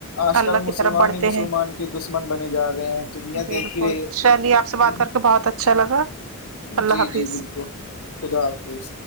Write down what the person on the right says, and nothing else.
اللہ
کی طرف بڑھتے
ہیں
بالکل
چلیے آپ
سے بات کر بہت اچھا لگا اللہ
حافظ